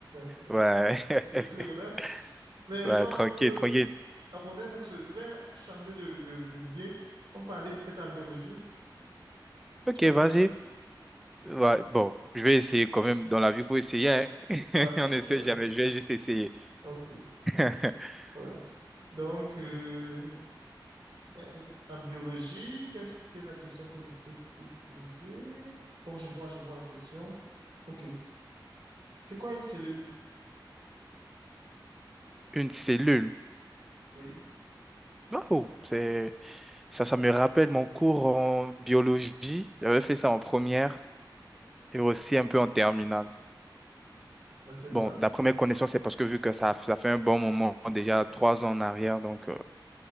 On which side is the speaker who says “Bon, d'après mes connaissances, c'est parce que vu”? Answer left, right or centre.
Centre